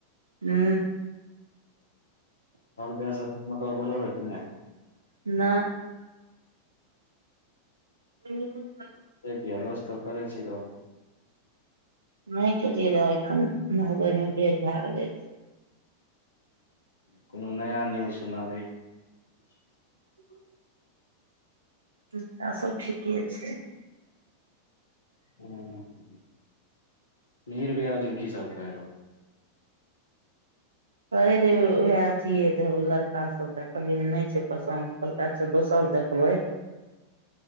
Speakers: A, on the right (about 75°); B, on the left (about 75°).
A: हू
B: दे तब भल रह कि ने।
A: नहि ह
B: से भीर रोज त करै छी ग।
A: नहि केलियै रहे एखन नहबे मे भए गेले रहे।
B: कोनो नया न्यूज सुनाबे <unintelligible>
A: ह आर सभ ठीके छै।
B: हूँ हूँ मिजिर भिया ओय दिन की सब कहै रौ।
A: कहै रे उएह अथिए द लड़का सब द कहलियै रौ नै छै पसन्द कहलका अच्छा दोसर देखबै।